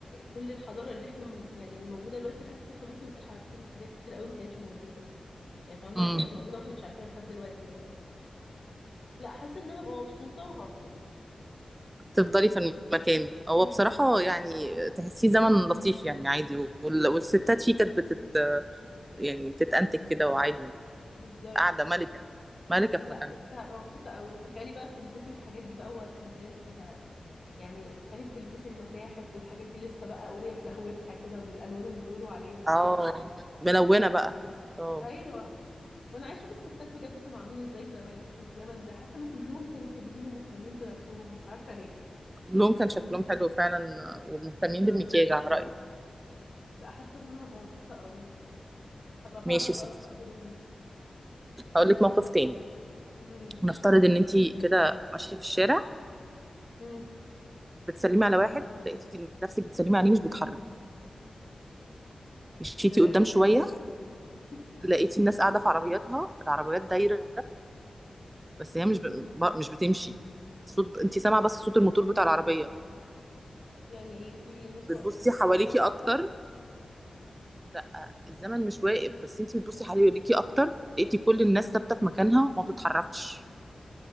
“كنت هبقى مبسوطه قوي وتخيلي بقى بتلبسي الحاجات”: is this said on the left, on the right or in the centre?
Left